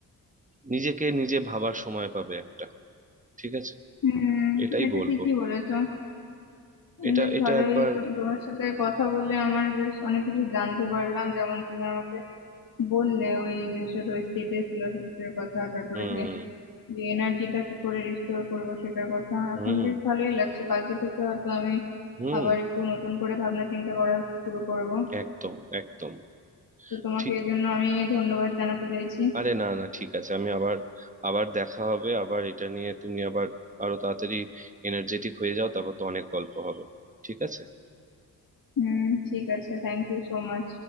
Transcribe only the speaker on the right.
নিজেকে নিজে ভাবার সময় পাবে একটা ঠিক আছে
এটাই
বলবো
এটা
এটা
একবার
হুম
হুম
হুম
একদম একদম
ঠিক
আরে না না ঠিক আছে আমি আবার আবার দেখা হবে আবার এটা নিয়ে তুমি আবার আরো তাড়াতাড়ি এনার্জেটিক হয়ে যাও তারপর তো অনেক গল্প হবে ঠিক আছে